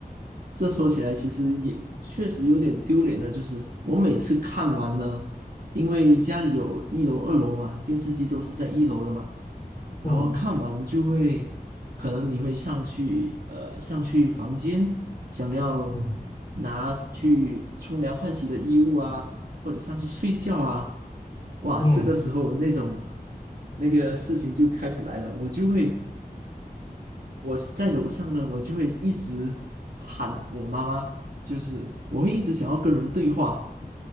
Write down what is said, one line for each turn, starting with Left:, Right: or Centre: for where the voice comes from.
Right: 这说起来，其实也确实有点丢脸的。就是我每次看完呢，因为家里有一楼、二楼嘛，电视机都是在一楼的嘛，然后看完就会，
Left: 嗯
Right: 可能你会上去，呃，上去房间，想要拿去冲凉换洗的衣物啊，
Left: 嗯
Right: 或者上去睡觉啊，哇，
Left: 嗯，
Right: 这个时候那种那个事情就开始来了，我就会。我在楼上呢，我就会一直喊我妈妈，就是我会一直想要跟人对话，